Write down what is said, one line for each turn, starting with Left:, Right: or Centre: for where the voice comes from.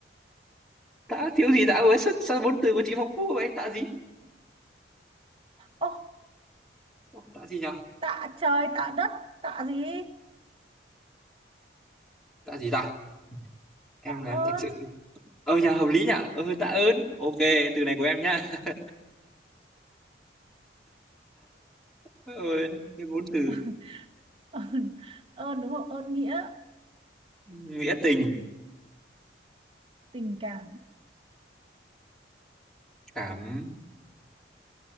Centre: tạ thiếu gì tạ với sao, sao vốn từ của chị phong phú vậy tạ gì
Right: ô
Centre: tạ gì nhỉ
Right: tạ trời tạ đất tạ gì
Centre: tạ gì ta em
Right: tạ
Centre: là
Right: ơn
Centre: em thật sự ờ nhà hợp lý nhỉ ờ tạ ơn ok từ này của em nha <laughs> Ôi, cái vốn từ
Right: <laughs> ơn ơn đúng không ơn nghĩa
Centre: nghĩa tình
Right: tình cảm
Centre: cảm